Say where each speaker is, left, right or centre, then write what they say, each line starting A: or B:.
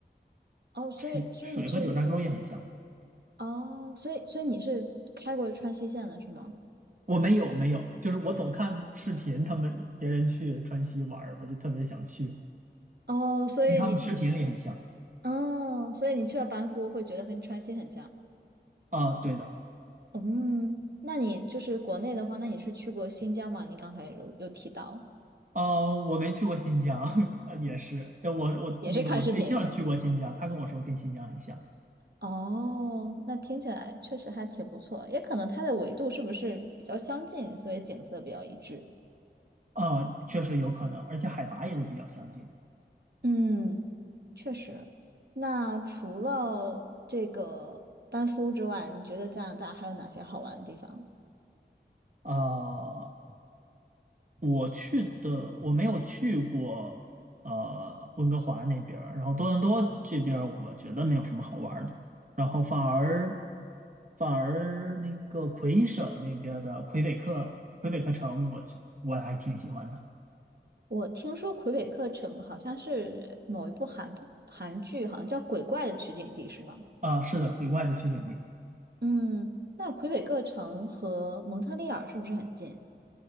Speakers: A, on the right; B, on the right.
A: 哦，所以所以你是
B: 水水和九寨沟也很像。
A: 哦，所以所以你是开过川西线的是吗？
B: 我没有没有，就是我总看视频，他们别人去川西玩儿，我就特别想去，
A: 哦，所以你
B: 跟他们视频里很像。
A: 哦，所以你去了班夫会觉得跟川西很像。
B: 啊、对的。
A: 嗯，那你就是国内的话，那你是去过新疆吗？你刚才有有提到，
B: 呃，我没去过新疆，<laughs> 啊，也是，但我我那个我对象去过新疆，
A: 也是看视频。
B: 他跟我说跟新疆很像，
A: 哦，那听起来确实还挺不错，也可能它的纬度是不是比较相近，所以景色比较一致。
B: 啊，确实有可能，而且海拔也都比较相近。
A: 嗯，确实。那除了这个班夫之外，你觉得加拿大还有哪些好玩的地方？
B: 啊，我去的我没有去过，呃，温哥华那边儿然后多伦多这边儿我觉得没有什么好玩儿的，然后反而反而那个魁省那边儿的魁北克魁北克城，我去我还挺喜欢的。
A: 我听说魁北克城好像是某一部韩韩剧，好像叫《鬼怪》的取景地，是吗？
B: 啊，是的，鬼怪的取景地。
A: 嗯，那魁北克城和蒙特利尔是不是很近？